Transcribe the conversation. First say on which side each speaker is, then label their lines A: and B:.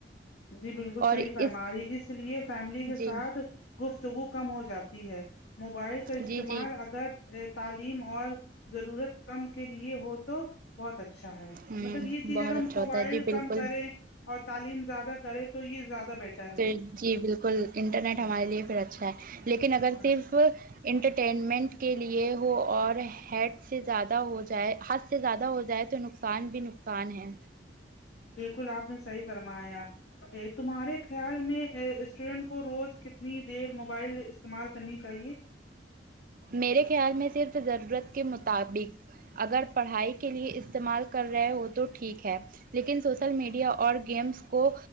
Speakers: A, on the left (about 70°); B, on the right (about 50°).
A: جی بالکل صحیح
B: اور
A: فرما
B: اس
A: رہی اس لیے فیملی کے
B: جی
A: ساتھ گفتگو کم ہو جاتی ہے موبائل کا استعمال
B: جی جی
A: اگر تعلیم اور ضرورت کم کے لیے ہو تو بہت اچھا ہے
B: ہ
A: مطلب یہ چیز
B: بہت
A: اگر
B: اچھا
A: موبائل
B: ہوتا ہے جی بالکل
A: کم کریں اور تعلیم زیادہ کرے تو یہ زیادہ بیٹر ہے
B: پھر جی بالکل انٹرنیٹ ہمارے لیے پھر اچھا ہے لیکن اگر
A: ہاں
B: صرف انٹرٹینمنٹ کے لیے ہو اور ہیڈ سے زیادہ ہو جائے حد سے زیادہ ہو جائے تو نقصان بھی ن کان ہے
A: بالکل آپ نے صحیح فرمایا ا تمہارے خیال میں اسٹوڈنٹ کو روز کتنی دیر موبائل استعمال کرنی چاہیے
B: میرے خیال میں صرف ضرورت کے مطابق اگر پڑھائی کے لیے استعمال کر رہے ہیں وہ تو ٹھیک ہے لیکن سوشل میڈیا اور گیمس کو